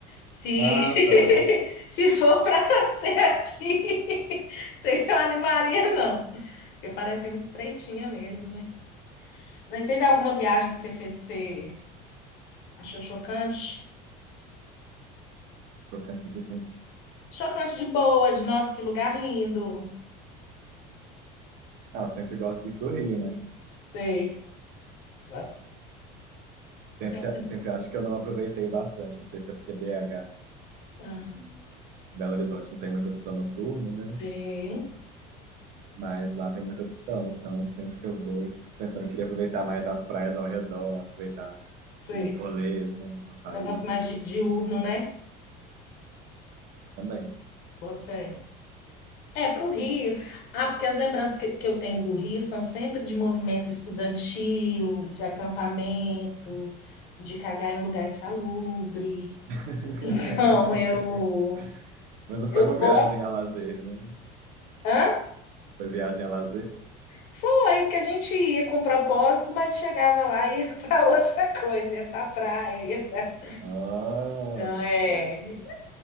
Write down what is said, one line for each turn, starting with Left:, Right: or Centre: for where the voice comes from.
Left: Se
Right: Ah,
Left: <laughs>
Right: tá.
Left: se for para <laughs> ser aqui, <laughs> não sei se eu animaria não, porque parece ser muito estreitinha mesmo, né? Mas teve alguma viagem que você fez que você Achou chocante?
Right: Chocante em que sentido?
Left: Chocante de boa, de nossa, que lugar lindo.
Right: Ah, eu sempre gosto de ir pro Rio, né?
Left: Sei. Até
Right: Sempre,
Left: se-
Right: sempre acho que eu não aproveitei o bastante. Não sei se é porque BH,
Left: ah,
Right: Belo Horizonte, não tem muita opção noturna, né?
Left: sei.
Right: Mas lá tem muita opção. Então, sempre que eu vou, fico pensando que queria aproveitar mais as praias ao redor, aproveitar
Left: Sei.
Right: os rolês, né? As saídas
Left: Um negócio mais di- diurno, né?
Right: também.
Left: Bota fé. É, para o Rio. Ah, porque as lembranças que, que eu tenho do Rio são sempre de movimento estudantil, de acampamento, de cagar em lugar insalubre.
Right: <laughs>
Left: Então, eu,
Right: Mas não foi
Left: eu
Right: uma
Left: gosto.
Right: viagem a lazer, né?
Left: Hã?
Right: Foi viagem a lazer?
Left: Foi, porque a gente ia com propósito, mas chegava lá e ia <laughs> para outra coisa, ia para praia, ia para.
Right: Ah,
Left: Não é,
Right: espertos.